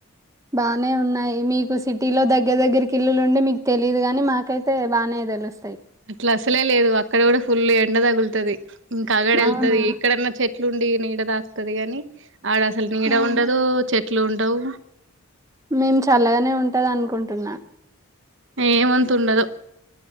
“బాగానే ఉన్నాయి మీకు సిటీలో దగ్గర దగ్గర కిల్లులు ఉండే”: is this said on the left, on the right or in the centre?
Right